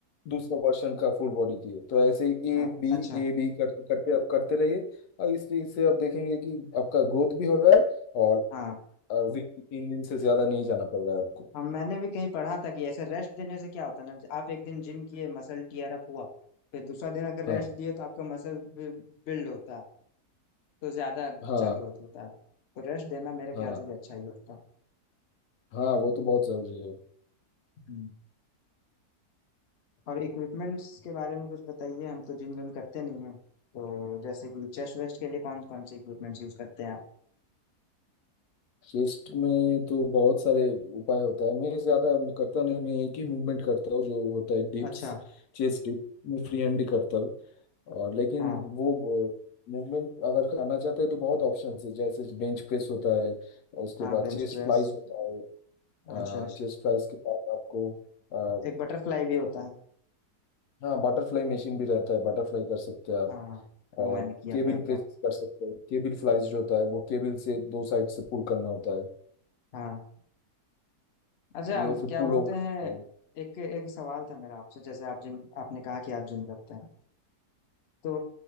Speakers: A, on the left (about 80°); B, on the left (about 55°).
A: दूसरा वर्षन का फुल बॉडी किए तो ऐसे ही ए
B: हाँ
A: बी
B: अच्छा
A: ए बी करते करते आप करते रहिए और इस चीज से आप देखेंगे कि आपका ग्रोथ भी हो रहा है और
B: हाँ।
A: वीक तीन दिन से ज्यादा नहीं जाना पड़ रहा है आपको
B: हम मैंने भी कहीं पढ़ा था कि ऐसे रेस्ट देने से क्या होता है ना आप एक दिन जिम किए मसल टीयर अप हुआ फिर दूसरा दिन अगर
A: हाँ
B: रेस्ट दिए तो आपका मसल बिल्ड होता है तो ज्यादा
A: हाँ
B: अच्छा ग्रोथ होता है तो रेस्ट देना मेरे ख्याल
A: हाँ
B: से भी अच्छा ही होता है
A: हाँ वो तो बहुत जरूरी है
B: हम्म। और इक्विपमेंट्स के बारे में कुछ बताइए हम तो जिम विम करते नहीं हैं तो जैसे कि चेस्ट वेस्ट के लिए कौन कौन से इक्विपमेंट्स यूज करते हैं आप
A: चेस्ट में तो बहुत सारे उपाय होता है मैं ज्यादा करता नहीं मैं एक ही मूवमेंट करता हूँ जो होता है डिप्स
B: अच्छा
A: चेस्ट डिप मैं फ्री हैंड ही करता हूँ और लेकिन
B: हाँ
A: वो मूवमेंट अगर करना चाहते हैं तो बहुत ऑप्शंस है जैसे बेंच प्रेस होता है और उसके
B: हाँ
A: बाद
B: बेंच
A: चेस्ट
B: प्रेस
A: फ्लाइज होता है
B: हाँ चेस्ट
A: चेस्ट फ्लाइज के बाद आपको अ,
B: एक बटरफ्लाई भी होता है
A: हाँ बटरफ्लाई मशीन भी रहता है बटरफ्लाई कर सकते हैं आप
B: हाँ वो
A: और
B: मैंने किया
A: केबिल
B: था एक
A: प्रेस
B: बार
A: कर सकते हैं केबिल फ्लाइज जो होता है वो केबिल से दो साइड से पुल करना होता है
B: हाँ अच्छा आप
A: ये फिर
B: क्या
A: पुल
B: बोलते
A: ओवर होता
B: हैं
A: है।
B: एक एक सवाल था मेरा आपसे जैसे आप जिम आपने कहा कि आप जिम करते हैं तो